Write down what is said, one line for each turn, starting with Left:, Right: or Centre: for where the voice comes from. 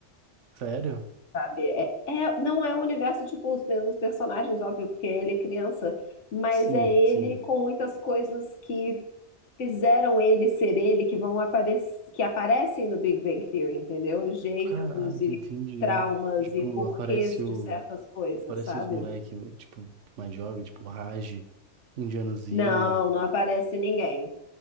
Right: Sério?
Left: sabe? É, é- não é o universo, tipo, os mesmos personagens, óbvio, porque ele é criança, mas
Right: Sim,
Left: é ele
Right: sim.
Left: com muitas coisas que fizeram ele ser ele, que vão aparecer, que aparecem no Big Bang Theory, entendeu? Jeitos
Right: Caraca,
Left: e
Right: entendi.
Left: traumas
Right: né? Tipo,
Left: e porquês
Right: aparece o,
Left: de certas coisas,
Right: aparece
Left: sabe?
Right: os moleque, tipo, mais jovem, tipo, Raj, indianozinho.
Left: Não, não aparece ninguém.